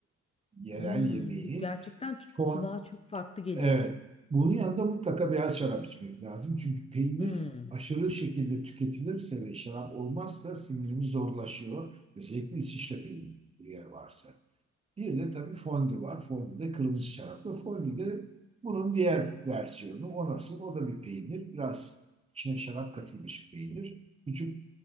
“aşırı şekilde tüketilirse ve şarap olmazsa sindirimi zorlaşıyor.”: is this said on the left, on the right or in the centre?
Right